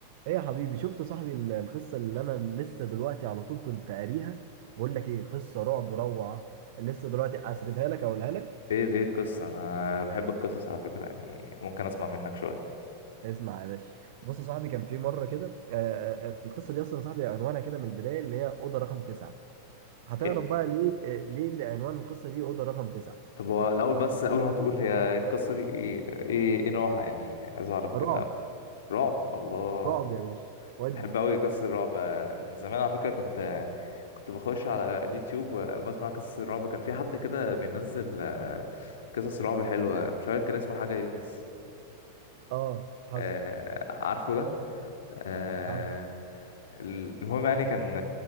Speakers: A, on the right; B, on the left.
A: ايه يا حبيبي شفت صاحبي ال- القصة اللي انا لسه دلوقتي على طول كنت قاريها بقول لك ايه قصة رعب روعة لسه دلوقتي اسردها لك اقولها لك
B: ايه دي القصة انا بحب القصص على فكرة يعني ممكن اسمع منك شوية
A: اسمع يا باشا بص يا صاحبي كان في مرة كده آه، آه، آه، القصة دي اصلا يا صاحبي عنوانها كده من البداية اللي هي أوضة رقم تسعة هتعرف
B: حلو
A: بقى ليه آه، ليه اللي عنوان القصة دي أوضة رقم تسعة
B: طب هو الاول بس قبل ما تقول هي القصة دي ايه ايه, إيه نوعها يعني عايز اعرف
A: رعب
B: كده رعب الله
A: رعب يا باشا ودي
B: بحب اوي قصص الرعب من زمان على فكرة كنت كنت بخش على اليوتيوب وبسمع قصص الرعب كان في حد كده بينزل آه، قصص رعب حلوة مش عارف كان اسمه حاجة يونس
A: اه حصل
B: آه، عارفه ده آه،
A: عارف
B: المهم يعني كان